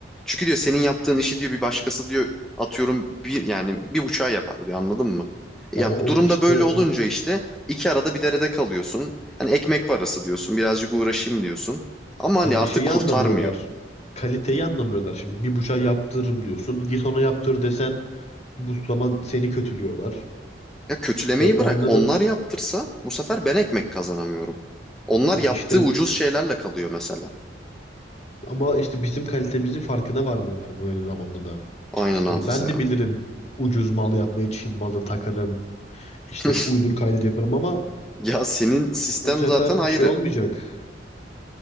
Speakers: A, in the centre; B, on the left.
A: Çünkü diyor senin yaptığın işi diyor bir başkası diyor atıyorum bir yani bir buçuğa yapar diyor anladın mı? Ya
B: ama o
A: bu durumda
B: işte
A: böyle olunca işte iki arada bir derede kalıyorsun. Hani ekmek parası diyorsun, birazcık uğraşayım diyorsun. Ama hani
B: yani
A: artık
B: şeyi
A: kurtarmıyor.
B: anlamıyorlar. Kaliteyi anlamıyorlar. Şimdi bir bıçağı yaptırırım diyorsun. Git ona yaptır desen bu zaman seni kötülüyorlar.
A: Ya kötülemeyi
B: E onların
A: bırak. Onlar yaptırsa bu sefer ben ekmek kazanamıyorum. Onlar
B: ya
A: yaptığı
B: işte
A: ucuz şeylerle kalıyor mesela.
B: ama işte bizim kalitemizin farkına varmıyorlar böyle zamanda da.
A: Aynen hafız
B: Yani ben
A: ya.
B: de bilirim ucuz mal yapmayı Çin malı takarım. işte
A: <laughs>
B: uydur kaydır yaparım ama
A: Ya senin sistem
B: bu sefer
A: zaten ayrı.
B: şey olmayacak.